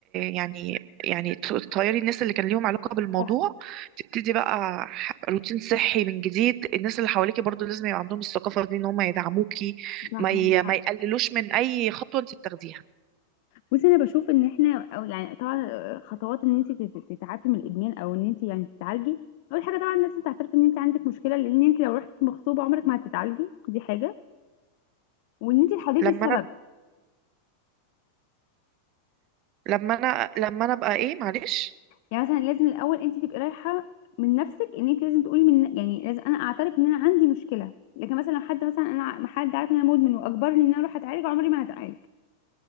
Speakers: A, on the right; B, on the left.
A: يعني يعني ت- تغيري الناس اللي كان ليهم علاقة بالموضوع
B: صح
A: تبتدي بقى ح- روتين صحي من جديد الناس اللي حواليكي برضو لازم يبقى عندهم الثقافة دي ان هم يدعموكي
B: صح
A: ما ي-
B: عندك حق
A: ما يقللوش من اي خطوة انت بتاخديها
B: بصي انا بشوف ان احنا او يعني طبعا خطوات ان انت تت- تتعافي من الادمان او ان انت يعني تتعالجي اول حاجه طبعا لازم تعترفي ان انت عندك مشكله لان انت لو رحتي مغصوبه عمرك ما هتتعالجي دي حاجه وان انت تحددي
A: لما
B: السبب
A: انا لما انا لما انا ابقى ايه معلش
B: يعني مثلا لازم الاول انت تبقي رايحه من نفسك ان انت لازم تقولي من يعني لازم انا اعترف ان انا عندي مشكله لكن مثلا لو حد مثلا انا ع- حد عارف ان انا مدمن واجبرني ان انا اروح اتعالج عمري ما هتعالج